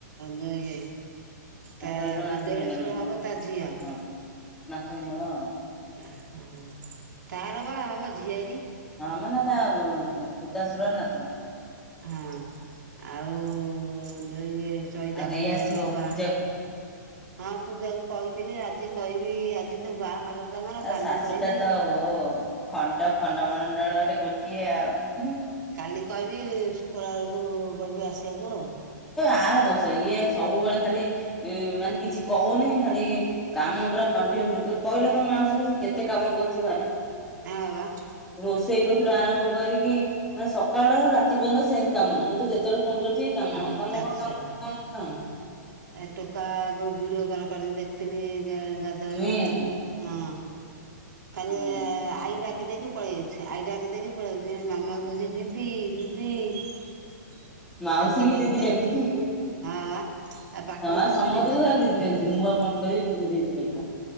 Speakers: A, on the right (about 80°); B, in the centre.
A: ଯୋଇଆ
B: ତାଙ୍କରି
A: ତା
B: କଣ ନାତୁଣୀର
A: ଯୋଉ ଦେଢ଼ସୁର
B: ନା କଣ
A: ହବ ତା ଝିଅ।
B: ହଁ ନାତୁଣୀ ହବ ଆଉ।
A: ଆ ହଁ। ତାର ବା ହବ ଝିଆରୀ
B: ହଁ ମାନେ ତା କୁତାସୁରର ନାତୁଣୀ।
A: ହଁ ଆଉ ଯୋଉ ଇଏ। ଚଇତା
B: ଆଉ ଦେଇ
A: କହୁଥିଲା
B: ଆସିବ
A: ବା
B: ପୂଜାକୁ।
A: ହଁ ପୂଜା କ କହି। ଥିଲି ଆଜି କହିବି ଆଜି ତ ବାହାଘର ତାଙ୍କର
B: ଆ
A: କାଲି
B: ଶାଶୁଟା
A: କହିବି
B: ତ ହୋ, ଖଣ୍ଡ ଖଣ୍ଡମଣ୍ଡଳରେ ଗୋଟିଏ ଆଉ। ହୁଁ।
A: କାଲି କହିବି ଶୁକ୍ରବାରକୁ କହିବି ଆସିବାକୁ ଆଉ।
B: ତାର ଦୋଷ। ଇଏ ସବୁବେଳେ ଖାଲି ଇଁ ମାନେ କିଛି କହୁନି ଖାଲି କାମ ପୁରା କଣ୍ଟିନୋସଲି କହିଲେ ତମେ କେତେ କାମ କରୁଛି ଘରେ
A: ହଁ ହଁ ବା
B: । ରୋଷେଇ କ ତୁରୁ ଆରମ୍ଭ କରିକି ମାନେ ସକାଳ ରାତି ପର୍ୟ୍ୟନ୍ତ ସେନ୍ତି କାମ। ମୁଁ ତ ଯେତେବେଳେ ଫୋନ କରିୁଛି ମ - ତ -
A: କାମ
B: ମ - ତ ମତ
A: ଚାଲିଛି ସବୁ
B: ।
A: ଏ ଟୋକା କୁ ଭିଡିଓ କଲ କରିିକି ଦେଖିଥିଲି ଗାଧୁଆ ବେଳେ
B: ଚୁଇଁ
A: ନା
B: ଆକୁ
A: କଲ୍ କରିକି ହଁ। ଖାଲି
B: ହୁଁ।
A: ଆଇଡାକି ଦେଇକି ଦେଇକି ପଳେଇ ଯାଉଛି । ଆଇ ଡାକି ଦେଇକି ପଳେଇ ଯାଉଛି । ଏଣେ ମାମା କହୁଚି ଦି ଦିଦି, ଦିଦି
B: ମାଉସୀ
A: ଆଉଥରେ
B: କି ଦିଦି
A: ଚାଲଛି
B: ଡାକୁଛି।
A: ହଁବା। ପାଟିରେ
B: ହଁ
A: ପଶୁନି
B: ସମସ୍ତଙ୍କୁ
A: ତ,
B: ଖାଲି ଦିଦି ଡାକୁଛି
A: ହଁ
B: ମୁଁ ଆଉ କଣ କରିବି
A: ।
B: ଦିଦି ଦିଦି ଡାକିବ।